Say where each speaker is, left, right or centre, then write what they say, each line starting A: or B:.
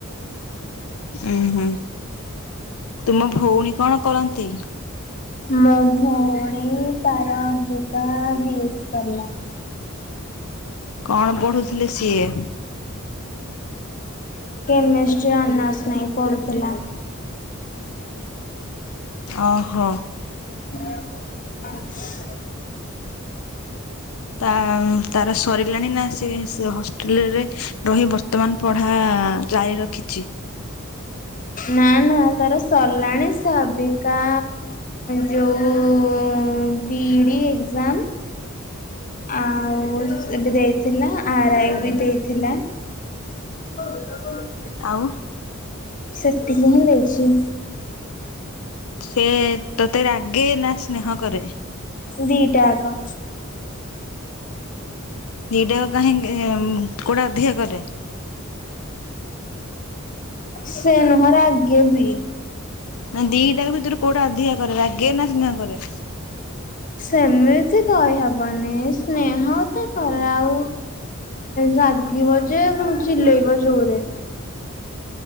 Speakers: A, on the left; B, on the left.
A: ଉଁ ହୁଁ ତୁମ ଭୋଉଣୀ କଣ କରନ୍ତି?
B: ମୋ ଭୋଉଣୀ ତାର ଅଭିକା ଭେଜ୍ ସରଲା।
A: କଣ ପଢ଼ୁଥୁଲେ ସିଏ?
B: କେମେଷ୍ଟ୍ରି ଅନର୍ସ ନେଇ ପଢ଼ୁଥୁଲା।
A: ଓ ହୋ।
B: <unintelligible>
A: ତା ତାର ସରିଲାଣି ନା ସେ ସେ ହଷ୍ଟେଲରେ ରହି ବର୍ତ ବର୍ତ୍ତମାନ ପଢା ଜାରି ରଖିଚି।
B: ନା ନା ତାର ସରଲାଣି ସେ ଅବିକା ଯେଉଁ ବି ଇ ଡ଼ି ଏକ୍ଜାମ ଆଉ ଏବେ ଦେଇଥିଲା। ଆ ରା ଇ ବି ଦେଇଥିଲା। <unintelligible>
A: ଆଉ
B: ସେତିକି ହିଁ ଦେଇଛି।
A: ସେ ତୋତେ ରାଗେ ନା ସ୍ନେହ କରେ।
B: ଦିଟା ଆକ।
A: ଦିଟା ଆଙ୍କ କାହିଁକି କୋଉଟା ଅଧିକ କର?
B: ସେ ନୁହଁ ରାଗେ ବି।
A: ନା ଦିଟା କ ଭିତରୁ କୋଉଟା ଅଧିକା କରେ ରାଗେ ନା ସ୍ନେହ କରେ?
B: ସେମିତି କହିହବନି ସ୍ନେହ ତ କରେ ଆଉ, ରାଗିବ ଯେ ପୁଣି ଚିଲେଇବ ଜୋରେ।